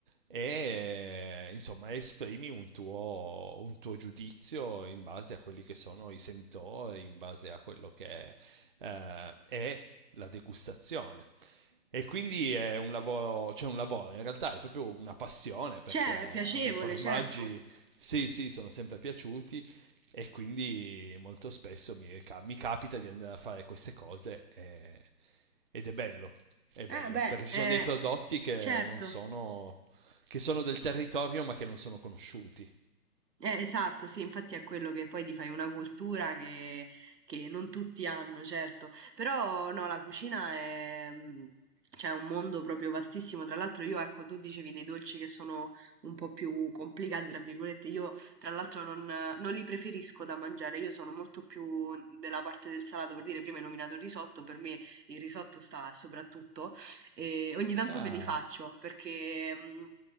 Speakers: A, on the right; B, on the right.
A: e eh, insomma esprimi un tuo, un tuo giudizio in base a quelli che sono i sentori, in base a quello che eh, è la degustazione. E quindi è un lavoro, cioè un lavoro, in realtà è proprio una passione perché
B: Cioè,
A: a
B: è piacevole,
A: me i formaggi,
B: certo.
A: sì, sì, sono sempre piaciuti e quindi molto spesso mi, ca- mi capita di andare a fare queste cose e- ed è bello, è
B: Eh,
A: bello,
B: beh,
A: perché ci
B: eh,
A: sono dei prodotti che
B: certo.
A: non sono, che sono del territorio ma che non sono conosciuti.
B: Eh, esatto, sì, infatti è quello che poi ti fai una cultura che, che non tutti hanno, certo, però no, la cucina è, mh, cioè, un mondo proprio vastissimo, tra l'altro io, ecco, tu dicevi dei dolci che sono un po' più complicati, tra virgolette, io tra l'altro non, non li preferisco da mangiare, io sono molto più della parte del salato, per dire, prima hai nominato il risotto, per me il risotto sta soprattutto, e ogni tanto
A: Ah.
B: me li faccio perché... mh,